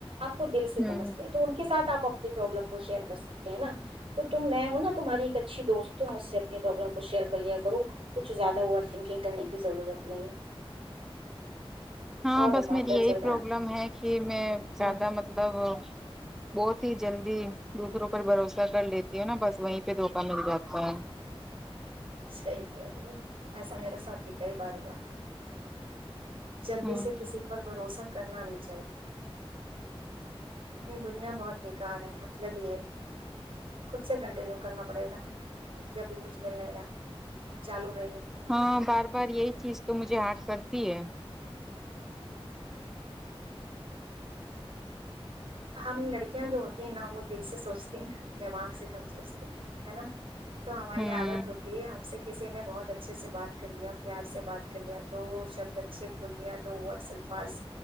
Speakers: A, on the right; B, in the centre.
A: آپ کو دل سے سمجتے
B: ہوں
A: ہیں تو ان کے سھ آپ پرابلم کو شیئر کر س ہیں نا تو تم میں ا تماری اچھی دوستوںج اس سے اپنی پرابلم ک شیئر کرلیا کرو کچھ زیادہ اوور تھنکنگ کرنے کی ضرورت نہیں
B: ہاں
A: اور بتاؤ
B: بس میری
A: کیا
B: یہی
A: چل رہا
B: پرابلم ہے کہ میں
A: ہے
B: زیادہ
A: ہ
B: مطلب بہت ہی جلدی دوسروں پر بھروسہ کر لیتی ہ نا بس وہیں پہ دھوکا مل جاتا ہے
A: صحی کہہ رہی ایسا میرا سب بھی کئی بار ہوا ہے جلدی
B: ہوں
A: سے کسی پر بھروسہ کرنا نہیں چاہیے یہ دنیا بہت بیکار ہے مطلب یہ ہے خود سے کنٹینیو کرنا پڑے گا نا کیونکہ ابھی کچھ مل نہیں رہا چالو بھائی
B: ہاں بار بار یہی چیز تو مجھے ہرٹ کرتی ہے
A: ہم لڑکیاں جو ہوتی ہیں نا وہ دل سے سوچتی ہیں دماغ سے کم سوچتے ہے نا تو ہماری
B: ہوں
A: عادت ہوتی ہے ہم سے کسی نے بہت اچھے سے بات کر لیا پیار سے بات کر لیا دو شبد اچھے بول دیا دو ورڈس الفاظ